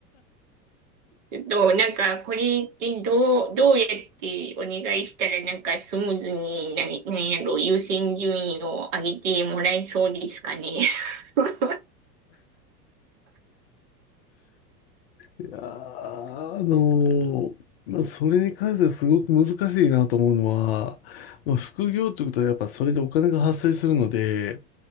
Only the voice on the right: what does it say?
ちょっと、なんか、これってどう、どうやってお願いしたら、なんかスムーズに、ななんやろ、優先順位を上げてもらえそうですかね。<laughs>